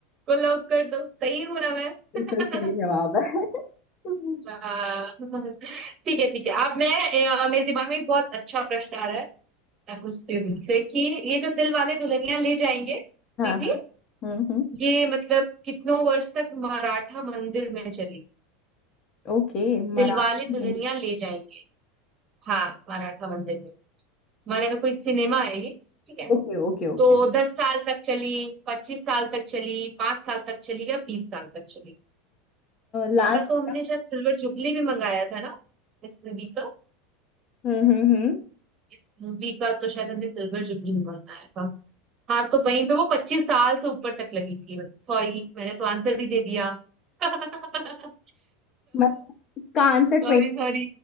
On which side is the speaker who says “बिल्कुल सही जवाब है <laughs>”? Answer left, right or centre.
Left